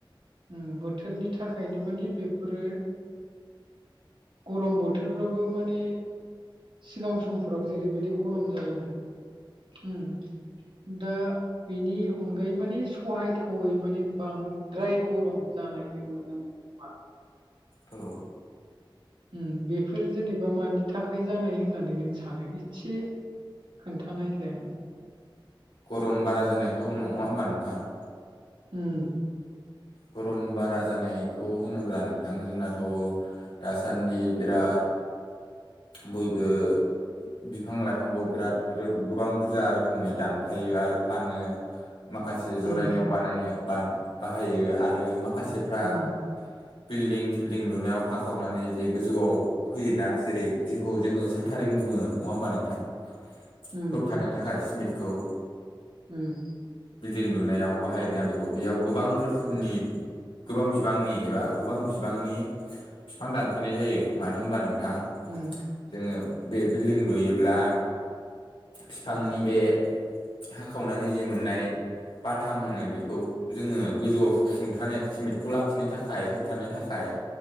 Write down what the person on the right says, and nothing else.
उम बोथोरनि थाखायनो माने बेफोरो गरम बोथोरफ्राबो माने सिगां समफोराव जेरैबायदि गरम जायोमोन। उम दा बेनि अनगायै माने सहायथा वै माने बांद्राय गरम जानाय जों नुनो मोनो। मा
ओम बेफोर जेनेबा मानि थाखाय जानाय होननानै नों सानो एसे खोन्थानायलाय आंनो
उम
उम
उम
उम
उम
ओम